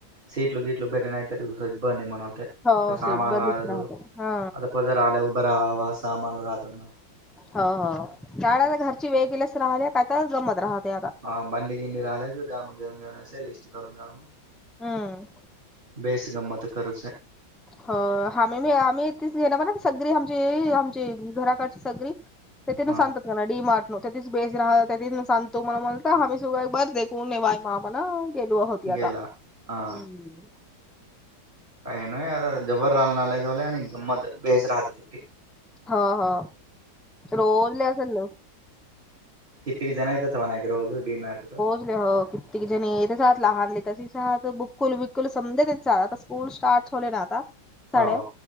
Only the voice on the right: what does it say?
सीटल गीटल बेरेनयतरस इ बंद नि मन मते
सामाान
आ अ
प उधर आला उभर राहावा सामान राहतना
ह बंडी किंडी रलेकडे जाऊ जेऊन घेव लिस्टधरून जाऊ
बेस गमत करूस
हा
गेला
हा काही न आता जबर लाल नालावले आणि ग मत बेस राहतेती
किती जण येतात त्हाय एकोज डी मॅटो
हो